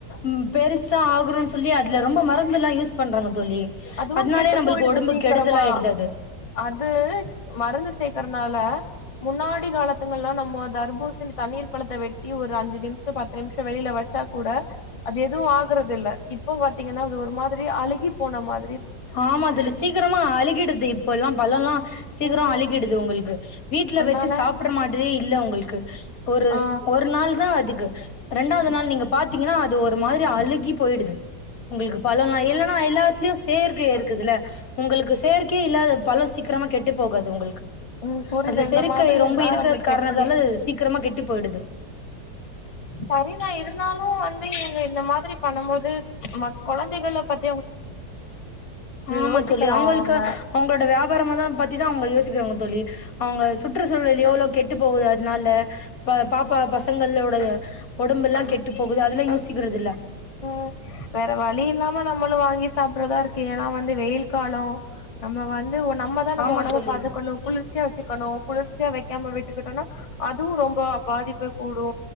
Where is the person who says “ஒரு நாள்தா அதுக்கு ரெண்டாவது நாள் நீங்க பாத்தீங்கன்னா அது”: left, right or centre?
Left